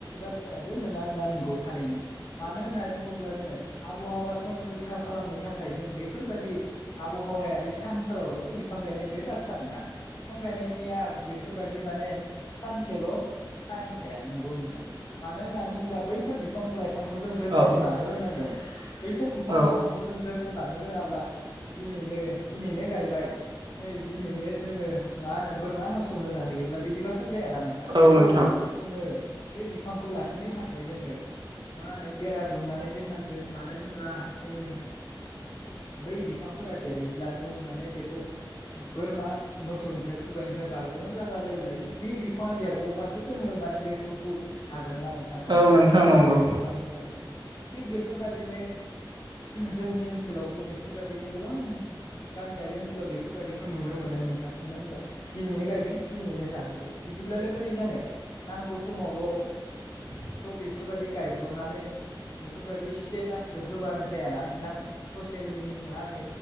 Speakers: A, on the left; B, on the right.
A: बाथ्रायाबो नङा- नङा नंगौ थारैनो मानो होननानै बुङोब्ला जोङो आबहावा संरैखा खालामनो थाखाय जों बेफोरबायाददि आबहावायारि सानफोरावल'सो बिफां गायनाय बे बाथ्रा नङा बिफां बिफां गायनायनिया बेफोरबादि माने सानसेल' टाइम थाया नोंगौ नोंथां मानो होननानै बुंङोब्ला बैफोर बिफां -लायफां बिफांखौ जों जोथोनबो
B: औ
A: लानो रोंनांगोन। बैफोर बिफां
B: औ
A: -लाइफांखौ जों जोथोन लानो रोङाब्ला दिनैनो दिनैनो गायबाय नै दिनैनो जोङो मा होनो बोरमा <unintelligible> मोसौनो जाहैयोब्ला बिदिबाथ' जायाना नोंथां
B: औ
A: बेखौ
B: नोंथां
A: जोङो बे बिफांखौ लाखिनो थाखाय जोङो मा होनो बेरा दुमनानै दोननांगोन मानो होनब्ला जोङो बै बिफांफोरा देरहब्ला जोङो माने बेखौ बोरमा मोसौनिफ्राय खुगायनो <unintelligible> बारग'नो लागा जायोब्ला बे बिफाङा देरग'बासो जोङो माने बेफोरखौ हागोन ना नोंथां? मानो
B: औ
A: होनो
B: नोंथां
A: बासायनो
B: नंगौ
A: बोरमानि हुगानिफ्राय थिग बेफोरबादिनो जोंनि ओनसोलावबो बेफोरबायदिनो गोबां गामियारि ओनसोलाव बेफोरबायाददिखौ नुनो मोनो नोंथां। मानो होनबा दिनैनो गायगोन दिनैनो जाहोबाय बिदि बिदिब्लालाय बोरै जानो नांगौ समावल'
B: <unintelligible>
A: थ' बेफोरबायदि गायब्रबनानै बेफोरबायदि स्टेटासखौ होबानो जायाना नोंथां। ससेयेलनि मा होनो